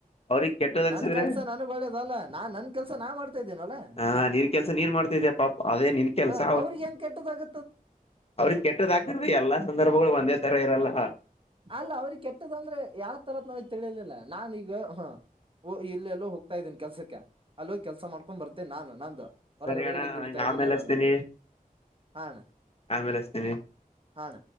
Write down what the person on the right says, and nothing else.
ನನ್
ಕೆಲ್ಸ ನಾನು ಒಳ್ಳೇದ ಅಲ್ಲಾ ನಾ ನನ್ ಕೆಲ್ಸ ನಾನ್ ಮಾಡ್ತಾ ಇದ್ದೀನಲ್ಲಾ
ಹ ಅವ್ರಿಗೆ ಹೆಂ ಕೆಟ್ಟದಾಗುತ್ತೆ
ಅಲ್ಲ ಅವ್ರ ಕೆಟ್ಟದಂದ್ರೆ ಯಾವ ತರದ ನನಗ್ ತಿಳಿಯಲಿಲ್ಲ ನಾನೀಗ ಹ ಓ ಇಲ್ಲೆಲ್ಲೋ ಹೋಗ್ತಾ ಇದ್ದೀನಿ ಕೆಲ್ಸಕ್ಕೆ ಅಲ್ಲೋಗ ಕೆಲ್ಸ ಮಾಡ್ಕೊಂಡ್ ಬರ್ತೇನೆ ನಾನು ನಂದುು ಹೊರಗಡೆ
ಹೋಗಿದ್ದ ದುಡಿತಾ ಇದ್ದೀನಿ
ಏನು
ಅಂತ ಹಣ
ಹಣ